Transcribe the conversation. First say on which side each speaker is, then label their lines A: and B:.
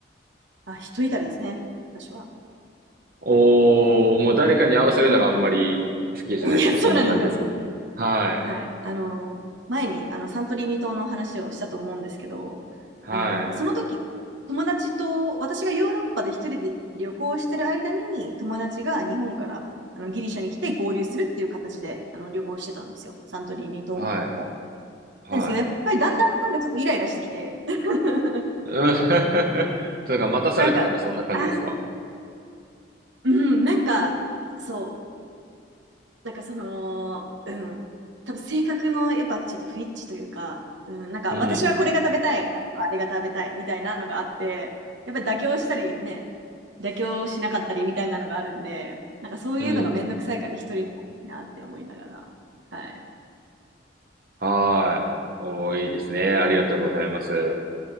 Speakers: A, on the right; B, on the right.
A: あ、一人旅ですね、私は。
B: おー、もう誰かに合わせるのがあんまり好きじゃないとか、
A: いや、
B: そんな感じですかはい、
A: そうなんですよ。はい。あの、前にあのサントリーニ島の話をしたと思うんですけど、
B: はい、
A: あの、その時、友達と、私がヨーロッパで一人で旅行してる間に、友達が日本からあのギリシャに来て合流するっていう形であの旅行してたんですよ。サントリーニ島も。
B: はい、はい。
A: なんですけど、やっぱりだんだんなんかちょっとイライラしてきて、<laughs>
B: うん <laughs> それが待たされたとか、
A: なんか、
B: そんな感じですか
A: あ、うん、なんか、そう、なんかその、うん。多分性格のやっぱちょっと不一致というか、うん、なんか私はこれが食べたい、
B: うん。
A: ああれが食べたいみたいなのがあって、やっぱり妥協したりね、妥協しなかったりみたいなのがあるんで、なんかそういうのがめんどくさいから一人になって思いながら、
B: うん。
A: はい。
B: はーい。おー、いいですね。ありがとうございます。
A: うん、